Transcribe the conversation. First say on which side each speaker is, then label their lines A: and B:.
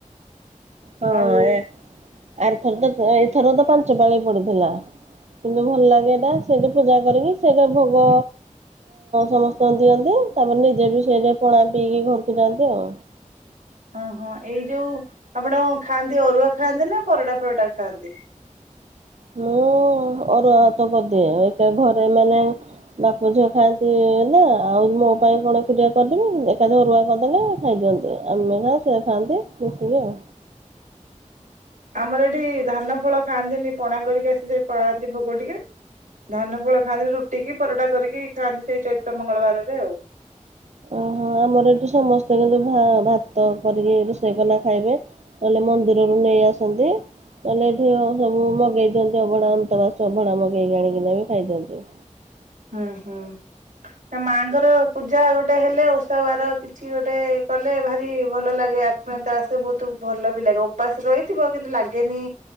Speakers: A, on the right (about 60°); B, on the right (about 85°).
A: ହଁ,
B: ଆଉ
A: ଏ ଆର ଥର ତ ଏଇଥର ତ ପାଞ୍ଚ ପାଳି ପଡିଥିଲା କିନ୍ତୁ ଭଲ ଲାଗେ ଏଇଟା ସେଇଠି ପୂଜା କରିକି ସେଇଟା ଭୋଗ ସମସ୍ତଙ୍କୁ ଦିଅନ୍ତି ତାପରେ ନିଜେ ବି ସେଇଟା ପଣା ପିଇକି ଘରକୁ ଯାଆନ୍ତି ଆଉ।
B: ଓ ହଁ ଏଇ ଯୋଉ ଆପଣ ଖାଆନ୍ତି ଅରୁଆ ଖାଆନ୍ତି ନା ପରଟା ଫରଟା ଖାଆନ୍ତି?
A: ମୁଁ ଅରୁଆ ଭାତ କରିଦିଏ ଏକ ଘରେ ମାନେ ବାପ ଝିଅ ଖାଆନ୍ତି ନା ଆଉ ମୋ ପାଇଁ କଣ ଏକୁଟିଆ କରିଦେବି ଏକାଥରେ ଅରୁଆ କରିଦେଲେ। ଖାଇଦିଅନ୍ତି। ଆମେ ଯାହା ସେୟା ଖାଆନ୍ତି ମିଶିକି ଆଉ।
B: ଆମର ଏଠି ଧାନ ଫଳ ଖାଆନ୍ତିନି ପଣା କରିକି ଆସି ସେଇ ପାଳାଆନ୍ତି ଭୋଗ ଟିକେ। ଧାନ ଫଳ ଖାଆନ୍ତି ରୁଟି କିି ପରଟା କରିକି ଖାଆନ୍ତି, ସେଇ ଚୈତ୍ର ମଙ୍ଗଳବାରରେ ଆଉ।
A: ଓହୋ! ଆମର ଏଠୁ ସମସ୍ତେ କିନ୍ତୁ ଭା-ଭାତ କରିକି ରୋଷେଇ କଲା ଖାଇବେ। କହିଲେ ମନ୍ଦିରରୁ ନେଇ ଆସନ୍ତି। ନହେଲେ ଏଠି ସବୁ ମଗେଇ ଦିଅନ୍ତି ଅଭଢ଼ା ଅନ୍ତବାସୁ ଅଭଢ଼ା ମଗେଇକି ଆଣିକିନା ବି ଖାଇଦିଅନ୍ତି।
B: ହୁଁ, ହୁଁ। ମାଙ୍କର ପୂଜା ଗୋଟେ ହେଲେ, ଓଷା ବାର କିଛି ଗୋଟେ କଲେ ଭାରି ଭଲ ଲାଗେ ଆ ମାନେ ତା ସେ ବହୁତ ଭଲ ବି ଲାଗେ, ଉପାସ ରହିଥିବ କିନ୍ତୁ ଲାଗେନି